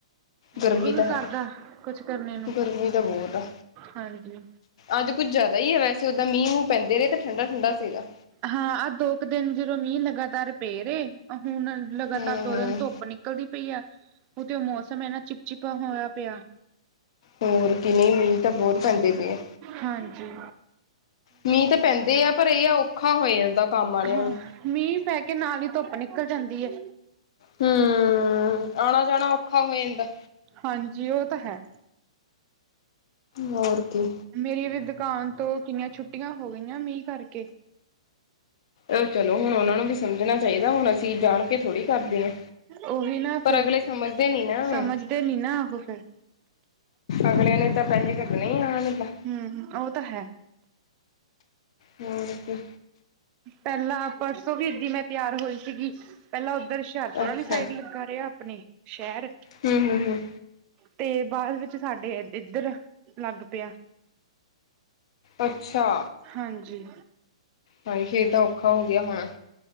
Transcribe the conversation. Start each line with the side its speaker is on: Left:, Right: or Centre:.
Right: ਦਿਲ
Left: ਗਰਮੀ
Right: ਵੀ ਨੀ
Left: ਤਾਂ ਹੈ
Right: ਕਰਦਾ ਕੁਛ ਕਰਨੇ ਨੂੰ
Left: ਗਰਮੀ ਤਾਂ ਬਹੁਤ ਆ
Right: ਹਾਂਜੀ।
Left: ਅੱਜ ਕੁੱਝ ਜਾਦਾ ਈ ਐ ਵੈਸੇ ਓਦਾਂ ਮੀਂਹ-ਮੂਹ ਪੈਂਦੇ ਰੇ ਤਾਂ ਠੰਡਾ-ਠੰਡਾ ਸੀਗਾ।
Right: ਹਾਂ ਆ ਦੋ ਕ ਦਿਨ ਜਦੋਂ ਮੀਂਹ ਲਗਾਤਾਰ ਪੇ ਰੇ ਆ ਹੁਣ ਲਗਾਤਾਰ
Left: ਹਮ
Right: ਦੋ ਦਿਨ ਧੁੱਪ ਨਿਕਲਦੀ ਪਈ ਆ ਉਤੇ ਮੌਸਮ ਐਨਾ ਚਿਪ-ਚਪਾ ਹੋਇਆ ਪਿਆ।
Left: ਹੋਰ ਕੀ ਨਈ ਮੀਂਹ ਤਾਂ ਬੋਤ ਪੈਂਦੇ ਪਏ ਆ।
Right: ਹਾਂਜੀ।
Left: ਮੀਂਹ ਤਾਂ ਪੈਂਦੇ ਆ ਪਰ ਏ ਆ ਔਖਾ ਹੋ ਜਾਂਦਾ ਕੰਮ ਆਲਿਆਂ
Right: ਹਾਂ
Left: ਨੂੰ
Right: ਮੀਂਹ ਪੈ ਕੇ ਨਾਲ ਈ ਧੁੱਪ ਨਿਕਲ ਜਾਂਦੀ ਏ।
Left: ਹੂੰ ਆਣਾ-ਜਾਣਾ ਔਖਾ ਹੋ ਜਾਂਦਾ।
Right: ਹਾਂਜੀ ਓ ਤਾਂ ਹੈ।
Left: ਹੋਰ ਕੀ।
Right: ਮੇਰੀ ਵੀ ਦੁਕਾਨ ਤੋਂ ਕਿੰਨੀਆਂ ਛੁੱਟੀਆਂ ਹੋ ਗਈਆਂ ਮੀਂਹ ਕਰਕੇ
Left: ਏ ਚਲੋ ਹੁਣ ਉਹਨਾਂ ਨੂੰ ਵੀ ਸਮਝਣਾ ਚਾਈਦਾ, ਹੁਣ ਅਸੀਂ ਜਾਣ ਕੇ ਥੋੜ੍ਹੀ ਕਰਦੇ ਹਾਂ
Right: ਉਹੀ ਨਾ
Left: ਪਰ
Right: ਫੇਰ
Left: ਅਗਲੇ ਸਮਝਦੇ ਨੀ ਨਾ
Right: ਸਮਝਦੇ ਨੀ ਨਾ ਉਹ ਫੇਰ
Left: ਅਗਲੇ ਨੇ ਤਾਂ ਪੈਸੇ ਕੱਟਣੇ ਆਉਣਾ ਨੈ ਤਾਂ
Right: ਹੂੰ, ਉਹ ਤਾਂ ਹੈ।
Left: ਹੋਰ ਕੀ
Right: ਪਹਿਲਾਂ ਪਰਸੋਂ ਵੀ ਇਧਰ ਮੈਂ ਤਿਆਰ ਹੋਈ ਸੀਗੀ ਪਹਿਲਾਂ ਉੱਧਰ ਹੁਸ਼ਿਆਰਪੁਰ
Left: ਅੱਛਾ
Right: ਵਾਲੀ ਸਾਈਡ ਲੱਗਾ ਰਿਹਾ ਆਪਣੇ ਸ਼ਹਿਰ
Left: ਹੂੰ, ਹੂੰ, ਹੂੰ
Right: ਤੇ ਬਾਅਦ ਵਿੱਚ ਸਾਡੇ ਇੱਧਰ ਲੱਗ ਪਿਆ
Left: ਅੱਛਾ।
Right: ਹਾਂਜੀ।
Left: ਹਾਏ ਫੇਰ ਤਾਂ ਔਖਾ ਹੋ ਗਿਆ ਹੋਣਾ